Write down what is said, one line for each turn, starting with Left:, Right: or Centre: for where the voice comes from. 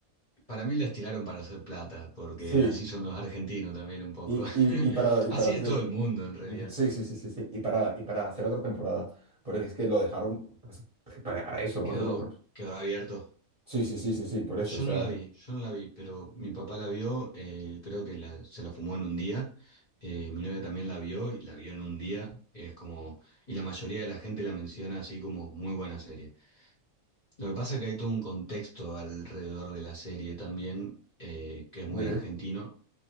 Left: Para mí la estiraron para hacer plata, porque
Right: Sí,
Left: así son los argentinos también un poco.
Right: Y,
Left: <laughs>
Right: y, y para, y
Left: Así
Right: para te-
Left: es todo el mundo en realidad.
Right: Sí, sí, sí, sí, sí. Y para, y para hacer otra temporada. Porque es que lo dejaron pues, para, para eso,
Left: Quedó,
Right: otra temporada.
Left: quedó abierto.
Right: Sí, sí, sí, sí, sí, por eso.
Left: Yo
Right: O sea,
Left: no la vi, yo no la vi, pero mi papá la vio, eh, creo que la- se la fumó en un día. Eh, mi novia también la vio y la vio en un día. Es como, y la mayoría de la gente la menciona así como muy buena serie. Lo que pasa es que hay todo un contexto alrededor de la serie también, eh, que es muy
Right: ¿de qué?
Left: argentino